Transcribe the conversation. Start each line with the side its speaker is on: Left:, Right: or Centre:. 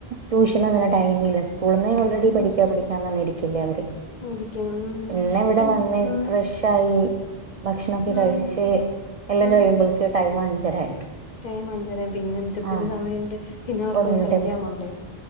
Right: ട്യൂഷന ഒന്നനെ ടൈമില്ല, സ്കൂള്- നിന്നെ ഓൾറെഡി
Left: ഉം.
Right: പഠിക്കാ, പഠിക്കാന്ന് പറഞ്ഞ ഇരിക്കില്ലേ- അവര്.
Left: ഇരിക്കാം. ഉം
Right: പിന്നെ ഇവിടെ
Left: ശരി.
Right: വന്ന്
Left: ആഹ്
Right: ഫ്രഷ് ആയി- ഫുഡ്ക്കെ
Left: ഉം
Right: കഴിച്ച് എല്ലാം-
Left: ഉം.
Right: കഴിയുമ്പോൾക്ക് ടൈം- അഞ്ചരായി.
Left: ടൈം അഞ്ചരാം, പിന്നെ- എന്ത്തിന്
Right: ആഹ
Left: സമയണ്ട്, പിന്നെ- അവർക്കൊന്ന്
Right: ഒന്നിനും
Left: കളിക്കാൻ
Right: ടൈം
Left: പോണ്ടേ?